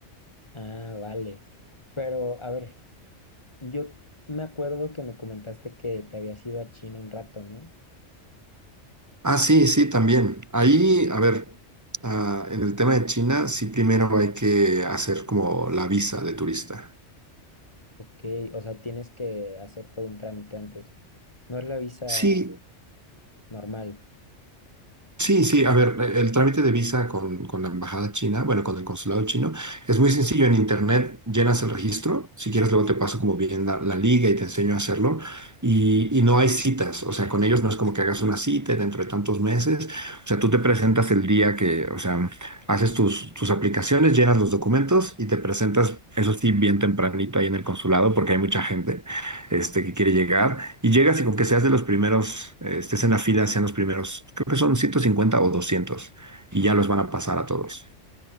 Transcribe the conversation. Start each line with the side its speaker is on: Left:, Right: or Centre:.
Left: Ah, vale. Pero, a ver, yo me acuerdo que me comentaste que te habías ido a China un rato, ¿no?
Right: Ah, sí, sí, también. Ahí, a ver, ah, en el tema de China, sí primero hay que hacer como la visa de turista.
Left: Ok, o sea, tienes que hacer todo un trámite antes. No es la visa
Right: Sí,
Left: normal.
Right: Sí, sí, a ver, el el trámite de visa con, con la embajada china, bueno, con el consulado chino, es muy sencillo. En internet llenas el registro, si quieres luego te paso como bien la, la liga y te enseño a hacerlo. Y, y no hay citas, o sea, con ellos no es como que hagas una cita dentro de tantos meses. O sea, tú te presentas el día que, o sea, haces tus, tus aplicaciones, llenas los documentos y te presentas, eso sí, bien tempranito ahí en el consulado porque hay mucha gente este, que quiere llegar, y llegas y con que seas de los primeros, eh, estés en la fila, sean los primeros, creo que son 150 o 200 y ya los van a pasar a todos.